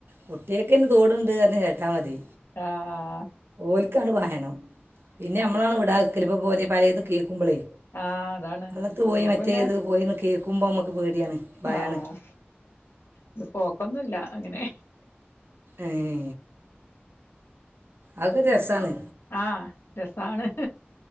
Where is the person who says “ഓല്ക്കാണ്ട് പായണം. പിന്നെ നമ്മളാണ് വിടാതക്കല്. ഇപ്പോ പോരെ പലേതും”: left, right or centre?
Right